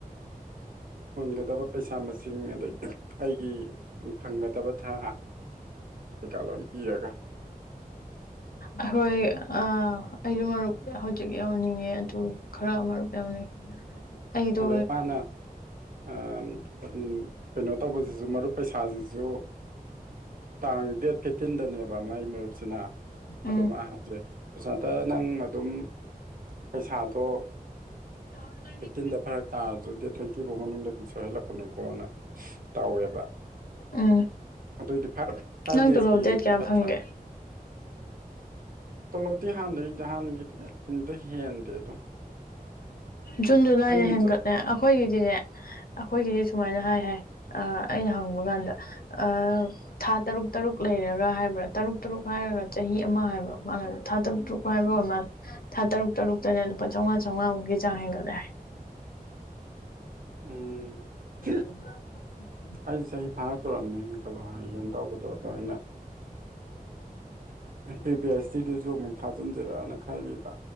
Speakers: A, on the right; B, on the left.
A: ꯃꯨꯣꯟꯒꯗꯕ ꯄꯩꯁꯥ ꯃꯁꯤꯡ ꯑꯗꯒꯤ ꯑꯩꯒꯤ ꯎ ꯐꯪꯒꯗꯕ ꯊꯥ ꯀꯩꯀꯥ ꯂꯕꯤꯔꯒ
B: ꯑꯩꯈꯣꯏ ꯑ ꯑꯩꯁꯨ ꯃꯔꯨꯞ ꯍꯧꯖꯤꯛ ꯌꯥꯎꯅꯤꯡꯉꯦ ꯑꯗꯨ ꯈꯔ ꯑꯃꯔꯨꯛ ꯌꯥꯎꯅꯤꯡꯉꯦ ꯑꯩꯗꯣ
A: ꯑꯗꯩ ꯃꯥꯅ ꯑꯥ ꯎꯝ ꯀꯩꯅꯣ ꯇꯧꯕꯁꯤꯁꯨ ꯃꯔꯨꯞ ꯄꯩꯁꯥꯁꯤꯁꯨ ꯇꯥꯡ ꯗꯦꯠ ꯐꯤꯞꯇꯤꯟꯗꯅꯦꯕ ꯃꯥꯏ ꯃꯔꯨꯞꯁꯤꯅ ꯑꯗꯨ
B: ꯎꯝ
A: ꯃꯥ ꯍꯥꯏꯁꯦ ꯄ꯭ꯔꯁꯟꯇꯥ ꯅꯪ ꯑꯗꯨꯝ ꯄꯩꯁꯥꯗꯣ
B: ꯇꯨꯊꯥꯎꯖꯥꯟ ꯇ꯭ꯋꯦꯟꯇꯤ
A: ꯐꯥꯇꯤꯟꯗ ꯐꯔꯛ ꯇꯥꯔꯁꯨ ꯗꯦ ꯇ꯭ꯋꯦꯟꯇꯤ ꯐꯥꯎ ꯃꯅꯨꯡꯗꯒꯤ ꯁꯣꯏꯍꯜꯂꯛꯄꯅꯨꯀꯣꯅ ꯇꯧꯋꯦꯕ
B: ꯎꯝ
A: ꯑꯗꯨꯑꯣꯏꯗꯤ ꯐꯥꯏꯚ ꯐꯥꯏꯚ
B: ꯅꯪ
A: ꯗꯦꯁ
B: ꯇꯣꯂꯣꯞ
A: ꯄꯤꯔꯗꯤ
B: ꯗꯦꯠ ꯀꯌꯥ
A: ꯐꯠꯇ꯭ꯔꯥ
B: ꯐꯪꯒꯦ
A: ꯇꯣꯂꯣꯛꯇꯤ ꯍꯥꯟꯅꯩ ꯍꯥꯟꯅꯒꯤ ꯍꯦꯟꯗꯦ ꯑꯗꯨꯝ
B: ꯖꯨꯟ ꯖꯨꯂꯥꯏꯗ
A: ꯑꯩꯅꯁꯨ
B: ꯍꯦꯟꯒꯠꯂꯦ ꯑꯩꯈꯣꯏꯒꯤꯗꯤꯅꯦ ꯑꯩꯈꯣꯏꯒꯤꯗꯤ ꯁꯨꯃꯥꯏꯅ ꯍꯥꯏ ꯍꯥꯏ ꯑ ꯑꯩꯅ ꯍꯪꯕ ꯀꯥꯟꯗ ꯑ ꯊꯥ ꯇꯔꯨꯛ ꯇꯔꯨꯛ ꯂꯩꯔꯒ ꯍꯥꯏꯕ꯭ꯔꯥ ꯇꯔꯨꯛ ꯇꯔꯨꯛ ꯍꯥꯏꯔꯒ ꯆꯍꯤ ꯑꯃ ꯍꯥꯏꯕ꯭ꯔꯥ ꯃꯥꯅꯗ ꯊꯥ ꯇꯔꯨꯛ ꯇꯔꯨꯛ ꯋꯥꯏꯕ ꯑꫭꯏ ꯃꯥꯜꯂꯦ ꯊꯥ ꯇꯔꯨꯛ ꯇꯔꯨꯛꯇꯅꯦ ꯂꯨꯄꯥ ꯆꯥꯝꯉꯥ ꯆꯥꯝꯉꯥꯃꯨꯛ ꯆꯥꯡ ꯍꯦꯟꯒꯠꯂꯦ ꯍꯥꯏ
A: ꯎꯝ <unintelligible>
B: <unintelligible>
A: ꯑꯩꯁꯦ ꯆꯍꯤ ꯐꯥꯔ ꯇꯨꯔꯝꯅꯦ ꯌꯦꯡ ꯈꯜꯂꯣ ꯍꯥꯏꯒꯦꯅ ꯇꯧꯕꯗꯣ ꯑꯗꯣ ꯑꯩꯅ ꯄꯤꯔ ꯄꯤ ꯍꯩꯆ ꯗꯤ ꯗꯨꯁꯨ ꯑꯃꯨꯛ ꯊꯥꯖꯤꯟꯖꯔꯅ ꯈꯜꯂꯤꯕ